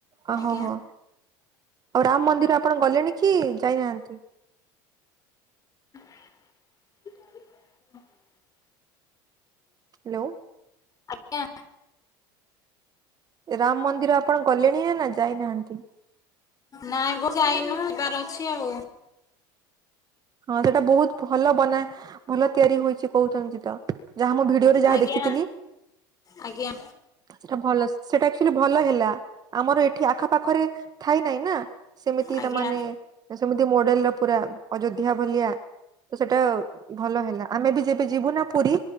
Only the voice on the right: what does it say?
ଓ
ହୋ ହୋ। ଆଉ ରାମ ମନ୍ଦିର ଆପଣ ଗଲେଣି କି, ଯାଇନାହାନ୍ତି?
ହାଲୋ।
ରାମ ମନ୍ଦିର ଆପଣ ଗଲେଣି ନା, ନା ଯାଇନାହାନ୍ତି?
ହଁ ସେଇଟା ବହୁତ ଭଲ ବନା, ଭଲ ତିଆରି ହୋଇଚି କହୁଚନ୍ତି ତ। ଯାହା ମୁଁ ଭିଡିଓରେ ଯାହା
ଦେଖିଥିଲି।
ସେଟା ଭଲ, ସେଟା ଆକୁଚୁଆଲି ଭଲ ହେଲା। ଆମର ଏଠି ଆଖପାଖରେ ଥାଇ ନାଇଁ ନା, ସେମିତି
ତା ମାନେ
ତ, ସେମିତି ମଡେଲ ର ପୁରା, ଅଯୋଧ୍ୟା ଭଳିଆ ତ ସେଟା ଭଲ ହେଲା, ଆମେ ବି ଯେବେ ଯିବୁ ନା ପୁରୀ